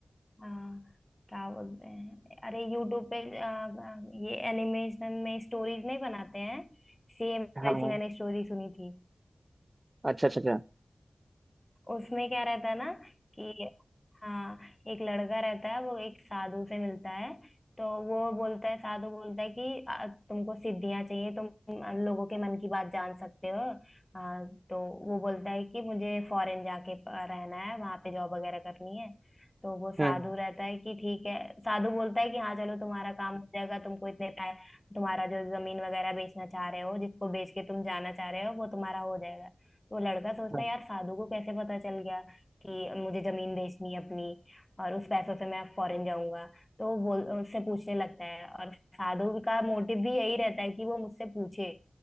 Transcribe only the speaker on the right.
है।
हाँ हाँ।
अच्छा अच्छा अच्छा
हम्म
हम्म।